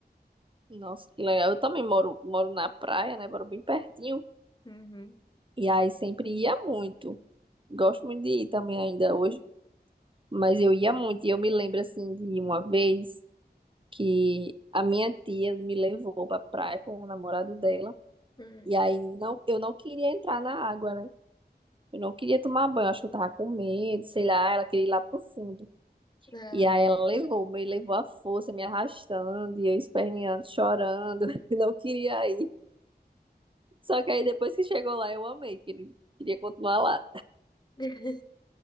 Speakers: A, on the right; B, on the left.
A: Nossa, que legal. Eu também moro, moro na praia, né? Moro bem pertinho.
B: Uhum.
A: E aí sempre ia muito. Gosto muito de ir também ainda hoje. Mas eu ia muito, e eu me lembro assim de uma vez que a minha tia me levou pra praia com o namorado dela,
B: Hum.
A: e aí não, eu não queria entrar na água, né? Eu não queria tomar banho, acho que eu tava com medo, sei lá, ela queria ir lá pro fundo.
B: Ah.
A: E aí ela levou, me levou à força, me arrastando, e eu esperneando, chorando, <laughs> e não queria ir. Só que aí depois que chegou lá, eu amei, queria, queria continuar lá.
B: <laughs>